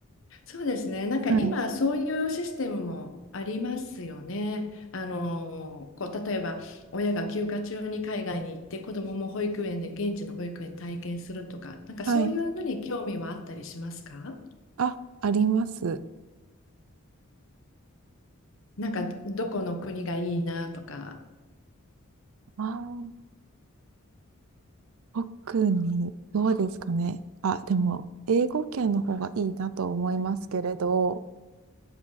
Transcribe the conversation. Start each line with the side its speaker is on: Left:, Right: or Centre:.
Left: そうですね。なんか今そういうシステムもありますよね。
Right: はい。
Left: あのこう例えば親が休暇中に海外に行って子どもも保育園で現地の保育園体験するとか、なんかそういうのに興味はあったりしますか
Right: はい。あ、あります。
Left: なんかどこの国がいいなとか。
Right: ああ、特に、どうですかね。あ、でも、英語圏の方がいいなと思いますけれど、